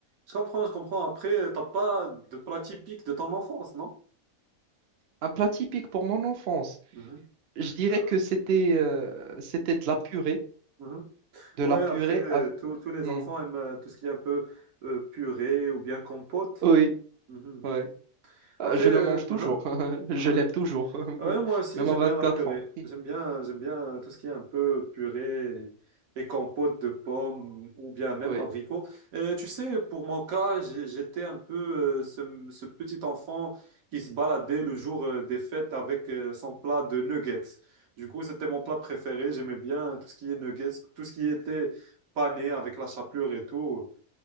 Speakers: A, on the right; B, on the right.
A: Je comprends, je comprends. Après, t'as pas de plat typique de ton enfance, non?
B: Un plat typique pour mon enfance,
A: Mhm.
B: je dirais
A: Ah.
B: que c'était euh, c'était de la purée,
A: Mhm.
B: de
A: Ouais,
B: la purée
A: après, euh,
B: avec...
A: tous tous les
B: Hmm.
A: enfants aiment euh, tout ce qui est un peu euh, purée ou bien compote.
B: Oui,
A: Mhm, mhm.
B: oui,
A: Après,
B: Euh, je le
A: euh,
B: mange toujours,
A: hein,
B: <laughs> je
A: hein,
B: l'aime toujours, <laughs>
A: Ouais, moi aussi,
B: même
A: j'aime
B: à 24
A: bien la purée.
B: ans. <laughs>
A: J'aime bien, j'aime bien tout ce qui est un peu purée et, et compote de pommes ou bien même
B: Oui.
A: abricots. Euh, tu sais, pour mon cas, j'ai- j'étais un peu euh, ce, ce petit enfant qui se baladait le jour euh, des fêtes avec euh, son plat de nuggets. Du coup, c'était mon plat préféré. J'aimais bien tout ce qui est nuggets, tout ce qui était pané avec la chapelure et tout.